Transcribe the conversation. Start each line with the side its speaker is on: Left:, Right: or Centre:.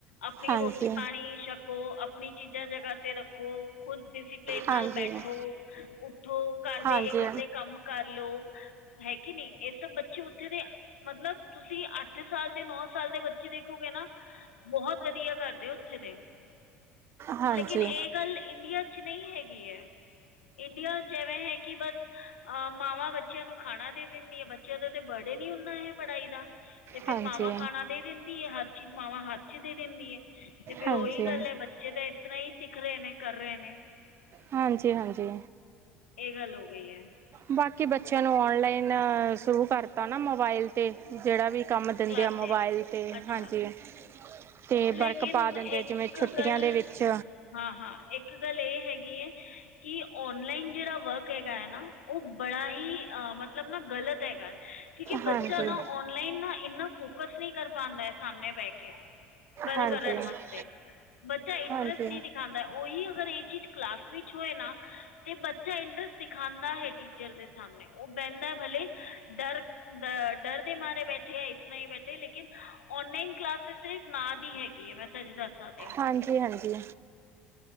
Left: ਆਪਣੀ
Right: ਹਾਂਜੀ,
Left: ਰੋਟੀ ਪਾਣੀ ਛਕੋ ਆਪਣੀ ਚੀਜ਼ਾਂ ਜਗਾ ਤੇ ਰੱਖੋ ਖੁਦ ਡਿਸਿਪਲਿਨ
Right: ਹਾਂਜੀ,
Left: ਨਾਲ ਬੈਠੋ
Right: ਹਾਂਜੀ,
Left: ਉੱਠੋ ਘਰ ਦੇ
Right: ਹਾਂਜੀ,
Left: ਇੱਕ ਅੱਧੇ ਕੰਮ ਕਰ ਹੈ ਕਿ ਨਹੀਂ ਇਸ ਬੱਚੇ ਉੱਥੇ ਦੇ ਮਤਲਬ ਤੁਸੀਂ ਅੱਠ ਸਾਲ ਸਾਲ ਦੇ ਬੱਚੇ ਦੇਖੋਗੇ ਨਾ ਬਹੁਤ ਵਧੀਆ ਕਰਦੇ ਉੱਥੇ ਦੇ
Right: ਹਾਂਜੀ
Left: ਲੇਕਿਨ ਇਹ ਗੱਲ ਇੰਡੀਆ ਚ ਨਹੀਂ ਹੈਗੀ ਐ ਇੰਡੀਆ ਚ ਇਵੇਂ ਹੈ ਕਿ ਬਸ ਮਾਵਾਂ ਬ ਬੱਚਿਆਂ ਨੂੰ ਖਾਣਾ ਦੇ ਦਿੰਦੀ ਆ ਬੱਚਿਆਂ ਦਾ ਤੇ ਬਡਨ ਈ ਇਨ੍ਹਾਂ ਹੈ ਪੜ੍ਹਾਈ ਦਾ ਤੇ ਫੇਰ
Right: ਹਾਂਜੀ,
Left: ਮਾਵਾਂ ਖਾਣਾ ਦੇ ਦਿੰਦੀ ਹੈ ਹਰ ਚੀਜ਼ ਮਾਵਾਂ ਹੱਥ ਚ ਦੇ ਦਿੰਦੀ ਹੈ ਤੇ ਫੇਰ
Right: ਹਾਂਜੀ,
Left: ਉਹੀ ਗੱਲ ਐ ਬ ਬੱਚੇ ਤਾਂ ਇਸ ਤਰ੍ਹਾਂ ਹੀ ਸਿੱਖ ਰਹੇ ਨੇ ਕਰ ਰਹੇ ਨੇ
Right: ਹਾਂਜੀ ਹਾਂਜੀ
Left: ਇਹ ਗੱਲ ਹੋ ਗਈ ਏ
Right: ਬਾਕੀ ਬੱਚਿਆਂ ਨੂੰ ਔਨਲਾਈਨ ਸ਼ੁਰੂ ਕਰਤਾ ਨਾ ਮੋਬਾਇਲ ਅਤੇ ਜਿਹੜਾ ਵੀ ਕੰਮ ਦਿੰਦੇ
Left: ਕਲਾਸਿਸ
Right: ਆ ਮੋਬਾਈਲ 'ਤੇ
Left: ਅੱਛਾ
Right: ਹਾਂਜੀ ਤੇ ਬਰਕ
Left: ਲੇਕਿਨ
Right: ਪਾ ਦਿੰਦੇ ਆ
Left: ਇੱਕ
Right: ਜਿਵੇਂ ਛੁੱਟੀਆਂ
Left: ਗੱਲ
Right: ਦੇ ਵਿੱਚ
Left: ਹਾਂ ਹਾਂ ਇੱਕ ਗੱਲ ਇਹ ਹੈਗੀ ਐ ਕਿ ਓਨਲਾਈਨ ਜਿਹੜਾ ਵਰਕ ਹੈਗਾ ਐ ਨਾ ਉਹ ਬੜਾ ਹੀ ਮਤਲਬ ਨਾ ਗਲਤ ਹੈਗਾ ਕਿਉਕਿ
Right: ਹਾਂਜੀ,
Left: ਬੱਚਾ
Right: ਹਾਂਜੀ,
Left: ਨਾ ਔਨਲਾਈਨ ਨਾ ਇੰਨਾ ਫੋਕਸ ਨਹੀਂ ਕਰ ਪਾਉਂਦਾ ਸਾਹਮਣੇ ਬਹਿ ਕੇ ਗੱਲ
Right: ਹਾਂਜੀ।
Left: ਕਰਨ ਵਾਸਤੇ
Right: ਹਾਂਜੀ,
Left: ਬੱਚਾ ਇੰਟਰਸਟ
Right: ਹਾਂਜੀ,
Left: ਨਹੀਂ ਦਿਖਾਦਾ ਉਹੀ ਅਗਰ ਇਹ ਚੀਜ਼ ਕਲਾਸ ਵਿੱਚ ਹੋਏ ਨਾ ਤੇ ਬੱਚਾ ਇੰਟਰਸਟ ਦਿਖਾਉਦਾ ਹੈ ਟੀ ਰ ਦੇ ਸਾਮਣੇ ਓ ਬੈੱਦਾ ਭਲੇ ਡਰ ਦ ਡਰ ਦੇ ਮਾਰੇ ਬੈਠੇ ਐ ਇਸ ਤਰ੍ਹਾਂ ਈ ਬੈਠੇ ਲੇਕਿਨ ਔਨਲਾਈਨ ਕਲਾਸ ਸਿਰਫ਼ ਨਾ ਦੀ ਹੈਗੀ ਏ ਮੈਂ ਸਈ ਦੱਸਾਂ ਤੇ
Right: ਹਾਂਜੀ ਹਾਂਜੀ